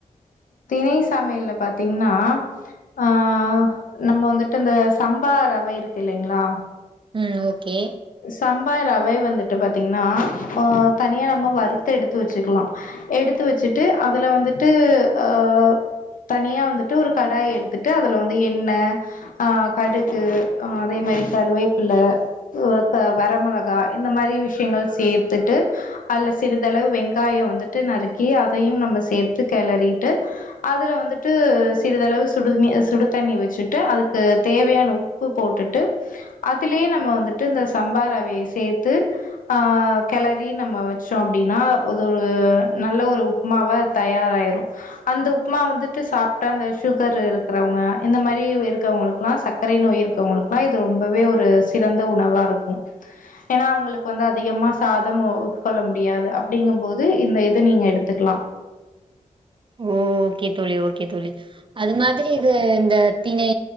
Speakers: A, on the left; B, on the right.
A: திணை சமையல்ல பாத்தீங்கன்னா ஆஹ் நம்ம வந்துட்டு இந்த சம்பா ரவை இருக்கு இல்லைங்களா
B: உம் ஓகே
A: சம்பா ரவை வந்துட்டு பாத்தீங்கன்னா ஹ் தனியா நம்ம வறுத்து எடுத்து வச்சுக்கலா எடுத்து வச்சுட்டு அதுல வந்துட்டு ஹ் தனியா வந்துட்டு ஒரு கடாய் எடுத்துட்டு அதில வந்து எண்ணெ ஆ கடுகு அதே மாதிரி கருவேப்பில <unintelligible> வரமிளகா இந்த மாதிரி விஷயங்கள் சேர்த்துட்டு அதுல சிறிதளவு வெங்காய வந்துட்டு நறுக் கி அதையும் நம்ம சேர்த்து கிளரிட்டு அதுல வந்துட்டு சிறிதளவு சுடு தண்ணி சுடு தண்ணி வச்சட்டு அதுக்கு தேவையான உப்பு போட்டுட்டு அதிலியு நம்ம வந்துட்டு இந்த சம்பா ரவைய சேர்த்து ஆஹ். கிளரி நம்ம வச்சோ அப்டின்னா அது ஒரு நல்ல ஒரு உப்புமாவா தயாராயிரு அந்த உப்புமா வந்துட்டு சாப்பிட்டா அந்த சுகர் இருக்கிறவங்க இந்த மாதிரி இருக்கிறவங்களுக்குலா சர்க்கரை நோய் இருக்கிறவங்களுக்குலா இது ரொம்பவே ஒரு சிறந்த உணவாக இருக்கு ஓ <inaudible> ஏன்னா அவங்களுக்கு வந்து அதிகமா சாதம் உட்கொள்ள முடியாது அப்டிங்கு போது இந்த இது நீங்க எடுத்துக்கலா
B: ஓ ஓகே தோழி ஓகே தோழி அது மாதிரி இது இந்த திணை